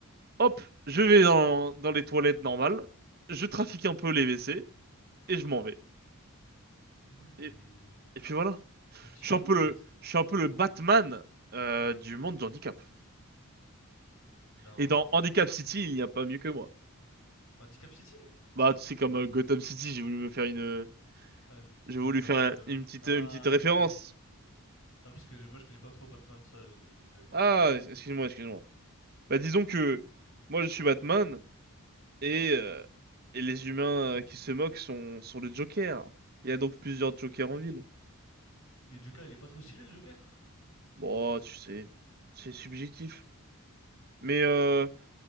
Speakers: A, on the right; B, on the left.
A: hop, je vais dans, dans les toilettes normales, je trafique un peu les WC et je m'en vais.
B: Ah ouais, t'es
A: Et, et puis voilà.
B: un petit
A: Je
B: filou,
A: suis un peu
B: en
A: le,
B: fait.
A: je suis un peu le Batman euh, du monde du handicap.
B: Non.
A: Et dans Handicap City, il n'y a pas mieux que moi.
B: Handicap City?
A: Bah, c'est comme euh, Gotham City, j'ai voulu me faire une,
B: Ah, une
A: j'ai voulu
B: une identité,
A: faire un-
B: ouais.
A: une petite,
B: Ah,
A: une petite référence.
B: ok. Non, parce que je- moi je connais pas trop Batman, ça, je- j'avais pas
A: Ah,
B: compris.
A: excuse-moi, excuse-moi. Bah, disons que moi, je suis Batman et, euh, et les humains euh, qui se moquent sont, sont le Joker. Il y a donc plusieurs Jokers en ville.
B: Mais Joker, il est pas trop stylé le Joker?
A: Bon, tu sais, c'est subjectif. Mais euh,